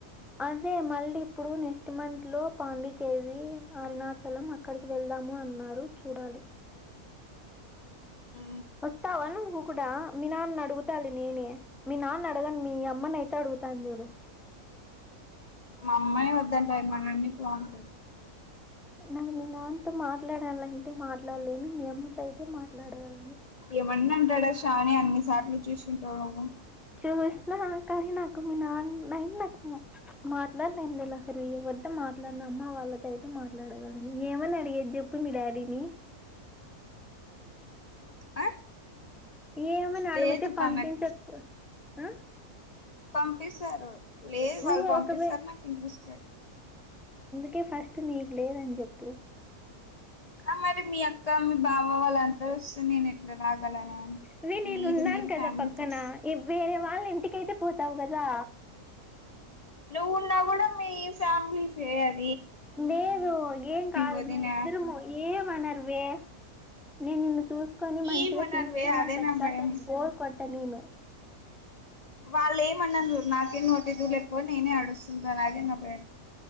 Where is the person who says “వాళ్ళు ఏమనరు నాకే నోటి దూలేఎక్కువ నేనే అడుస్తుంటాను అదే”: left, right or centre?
Left